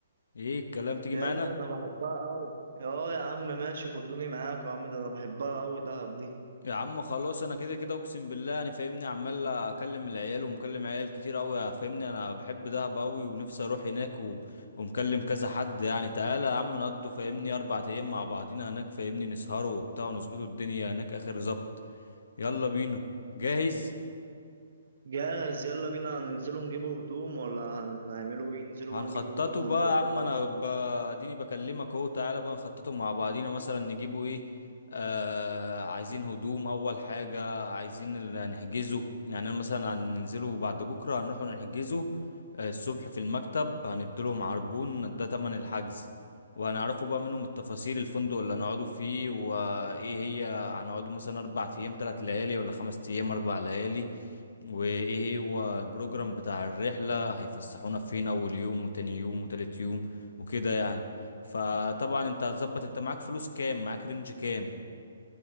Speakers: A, on the left; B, on the right.
A: ايه الكلام تيجي
B: يا
A: معانا
B: ده انا بحبها قوي اه يا عم ماشي خدوني معاك يا عم ده انا بحبها قوي دهب دي
A: يا عم خلاص انا كده كده اقسم بالله انا فاهمني عمال اكلم العيال ومكلم عيال كتير قوي فاهمني انا بحب دهب قوي ونفسي اروح هناك و... ومكلم كذا حد يعني تعالى يا عم نقضوا فاهمني اربع ايام مع بعضينا هناك فاهمني نسهروا وبتاع ونظبطوا الدنيا هناك اخر زبط يلا بينا جاهز
B: جاهز يلا بينا هننزلوا نجيبوا هدوم ولا هن- هنعملوا ايه ننزلوا
A: هنخططه
B: بقى نجيبوا هدوم ونظبطوا
A: بقى يا عم انا
B: على حاجة
A: ب- اديني بكلمك اهو تعالى بقى نخططه مع بعضينا مثلا نجيبه ايه آه عايزين هدوم اول حاجة عايزين ال- نحجزه يعني انا مثلا هننزله بعد بكرة هنروح نحجزه آه، الصبح في المكتب هنديلهم عربون ده تمن الحجز وهنعرفوا بقى منهم التفاصيل الفندق اللي هنقعدوا فيه وايه هي هنقعدوا مثلا اربع ايام تلات ليالي ولا خمس ايام اربع ليالي وايه هو البروجرام بتاع الرحلة هيفسحونا فين اول يوم وتاني يوم وتالت يوم وكده يعني فطبعا انت هتظبط انت معاك فلوس كام معاك رينج كام